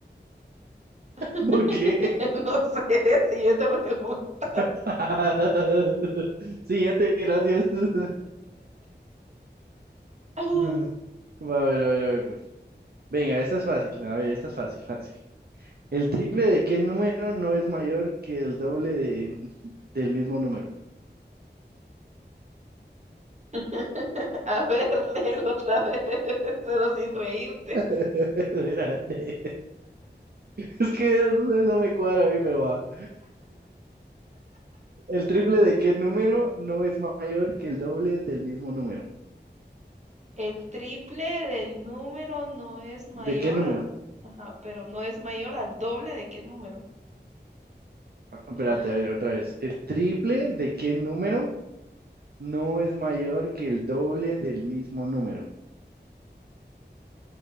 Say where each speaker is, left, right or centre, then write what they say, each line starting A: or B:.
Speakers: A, on the right; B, on the right.
A: <laughs>
B: ¿Por qué?
A: No sé, siguiente pregunta.
B: <laughs> Siguiente, gracias. <laughs>
A: <laughs>
B: Va, A ver, a ver, a ver, pues. Venga, esta es fácil. A ver, esta es fácil, fácil. ¿El triple de qué número no es mayor que el doble de- del mismo número?
A: <laughs> A ver, léelo otra vez, <laughs> pero sin reírte.
B: <laughs> Era de- Es que no no me cuadra a mí, pero va. ¿El triple de qué número no es mayor que el doble del mismo número?
A: El triple del número no es mayor
B: ¿De qué número?
A: a... Ajá, pero no es mayor al doble de qué número.
B: Ah, Espérate,
A: Ay,
B: a ver, otra vez. ¿El triple de qué número no es mayor que el doble del mismo número?